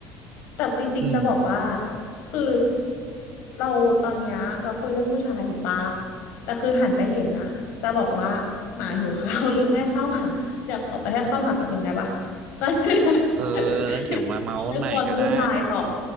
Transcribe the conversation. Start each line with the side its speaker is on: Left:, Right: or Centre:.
Left: แต่จริงๆจะบอกว่า
Right: อืม
Left: คือเราตอนเนี้ยเราคุยเรื่องผู้ชายถูกปะแต่คือหันไปเห็นน่ะจะบอกว่าหมาหิวข้าว <laughs> ลืมให้ข้าวหมาเดี๋ยวขอไปให้ข้าวหมาแป๊บหนึ่งได้ปะแล้ว <laughs>
Right: เออแล้วเดี๋ยวมาเมาส์กันใหม่ก็ได้
Left: เดี๋ยวเอาเรื่องบอลผู้ชายต่อ